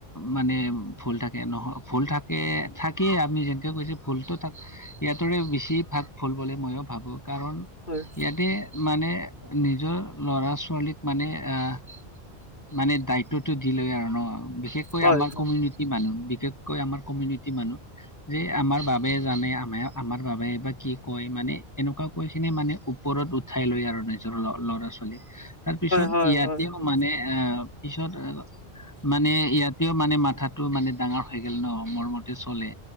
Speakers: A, on the left; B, on the left.
A: মানে ভুল থাকে নহ ভুল থাক এ থাকিয়ে আপুনি যেনকে কৈছে ভুলটো থাক ইহতৰে বেছি ভাগ ভুল বুলি ময়ো ভাবো। কাৰণ
B: হয়,
A: ইয়াতে মানে নিজৰ লৰা -ছোৱালীক মানে আহ মানে দায়িত্বটো দিলৈ আৰু ন, বিশেষকৈ
B: হয়,
A: আমাৰ
B: হয়,
A: কমিউনিটি নিটি মানুহ বিশেষকৈ আমাৰ কমিউনিটি মানুহ যে আমাৰ বাবে জানে আমে - আমাৰ বাবে বা কি কয় মানে এনেকুৱা কৈ খিনি মানে ওপৰত উঠাই লয় আৰু নিজৰ ল'ৰা ছোৱালীক। তাৰপিছত
B: হয়,
A: ইয়াতেও
B: হয়, হয়,
A: মানে আহ পিছত মানে ইয়াতেও মানে মাথাটো মানে দাঙা হৈ গেল ন, মোৰ মতে চলে।